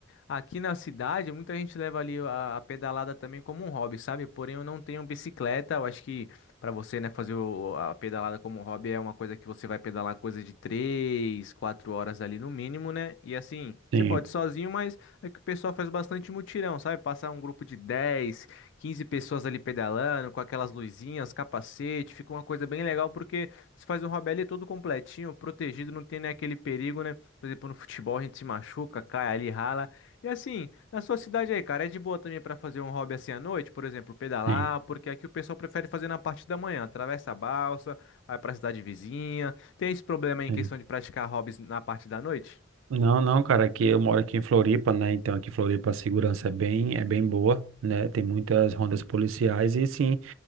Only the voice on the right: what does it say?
Sim,
sim,
sim.
Não, não, cara, aqui eu moro aqui em Floripa, né? Então, aqui em Floripa a segurança é bem, é bem boa, né? Tem muitas rondas policiais e, sim,